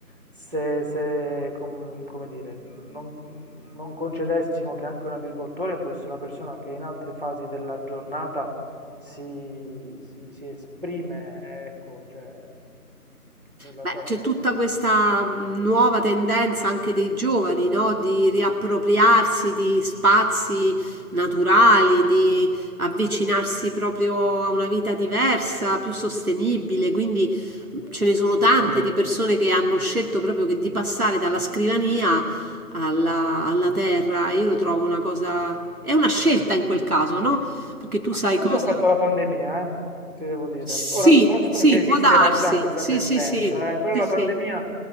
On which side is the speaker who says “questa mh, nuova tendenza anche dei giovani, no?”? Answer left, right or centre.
Right